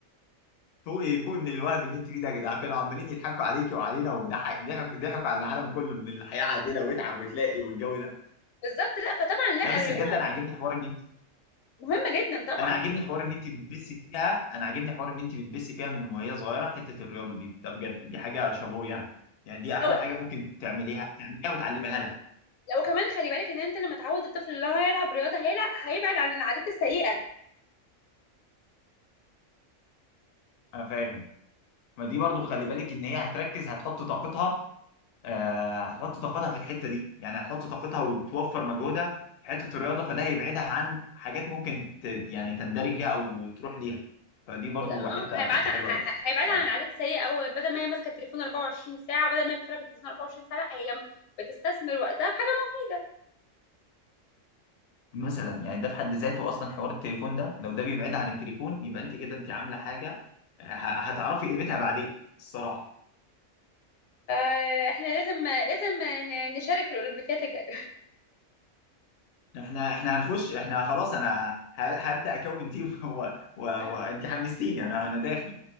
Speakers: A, on the left; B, on the left.
A: فوقي فوقي من الوهم اللي انت فيه ده يا جدعان كانوا عمالين يضحكوا عليكي وعلينا وضحك ضحكوا ضحكوا على العالم كله ان الحياه عادله واتعب وتلاقي والجو ده
B: بالظبط لا فطبعا لا
A: لا بس
B: الرياضه
A: بجد انا عاجبني حوار ان انت
B: مهمه جدا طبعا
A: انا عاجبني حوار ان انت بتبسي فيها انا عاجبني حوار ان انت بتبسي فيها من وهي صغيره حته الرياضه دي ده بجد دي حاجه شابوه يعني يعني دي احلى
B: لو
A: حاجه ممكن تعمليها تعمليها وتعلميها لها
B: لو كمان خلي بالك ان انت لما تعود الطفل ان هو يلعب رياضه هيلعب هيبعد عن العادات السيئه
A: انا فاهم ما دي برضو خلي بالك ان هي هتركز هتحط طاقتها آه هتحط طاقتها في الحته دي يعني هتحط طاقتها وتوفر مجهودها في حته الرياضه فده هيبعدها عن حاجات ممكن ت... يعني تندرج ليها او تروح ليها فدي برضو
B: اه
A: حته
B: هيبعد
A: حته
B: ه- ه-
A: حلوه قوي
B: هيبعد
A: بصراحه
B: عن العادات السيئه او بدل ما هي ماسكه التليفون 24 ساعه وبدل ما هي بتتفرج على التلفزيون 24 ساعه لا هي بتستثمر وقتها في حاجه مفيده
A: مثلا يعني ده في حد ذاته اصلا حوار التليفون ده لو ده بيبعدها عن التليفون يبقى انت كده انت عامله حاجه آه، ه... هتعرفي قيمتها بعدين الصراحه
B: فاحنا لازم لازم ن- نشارك في الاولمبيات الجايه
A: احنا احنا هنخش احنا خلاص انا ه- هبدا اكون تيم <laughs> و... و... وانت
B: <laughs>
A: حمستيني انا انا داخل